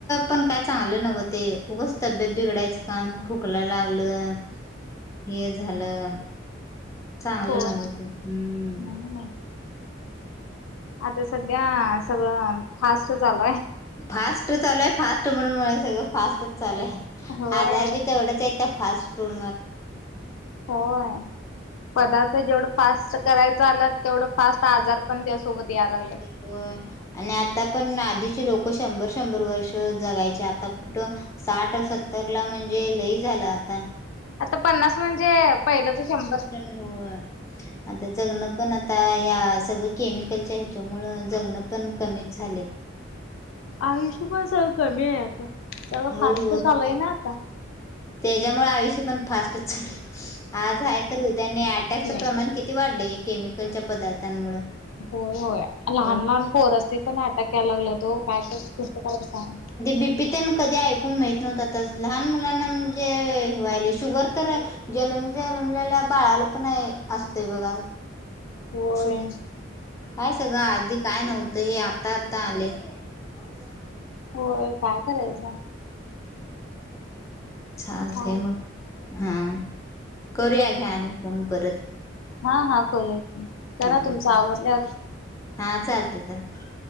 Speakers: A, on the left; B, on the left.
A: पण काय चांगलं नव्हते उगच तब्येत बिघडायचं काम खोकला लागलं हे झालं चांगलं
B: होय
A: नव्हं ते हम्म
B: नाही नाही आता सध्या सगळं फास्ट चालूय
A: फास्ट चालूय फास्ट म्हणून सगळं फास्टच चालूय
B: होय
A: आजार बी तेवढंच येत फास्ट फूड
B: होय पदार्थ जेवढं फास्ट करायचं आला तेवढं फास्ट आजार पण त्यासोबत यायला लागत
A: हो आणि आता पण आधीचे लोक शंभर शंभर वर्ष जगायचे आता कुठं साठ सत्तर ला म्हणजे लई झालं आता
B: आता पन्नास म्हणजे पहिलं तर शंभर
A: हो. आता जगणं पण आता ह्या सगळ केमिकलच्या ह्याच्यामुळ जगण पण कमीच झाले.
B: आयुष्य पण सगळं कमी आहे आता सगळं
A: होय
B: फास्ट
A: होय
B: चालूय ना आता
A: त्याच्यामुळे आयुष्य पण फास्टच चालू आहे. आज आहे तर उद्या नाहीये अटॅकचं
B: नाही
A: प्रमाण किती वाढलंय केमिकलच्या पदार्थांमुळे
B: होय होय लहान
A: होय
B: लहान पोर ते पण अटॅक यायला लागला तो काय का कस त्याला सांग.
A: बी पी त्यांना कधी ऐकून माहीत नव्हतातच लहान मुलांना म्हणजे व्हायले शुगर तर जन्म जन्मलेल्या बाळाला पण आहे असते बघा.
B: होय
A: शुगर काय सगळं आधी काय नव्हतं हे आता आता आले. काद्या <unintelligible>
B: हो काय करायचं?
A: चाल
B: हा
A: ते मग हा करूया घ्या आणि फोन परत
B: हा हा करूया की करा
A: हा
B: तुमच
A: चाल
B: आवडल्यावर
A: हा चालते चालते.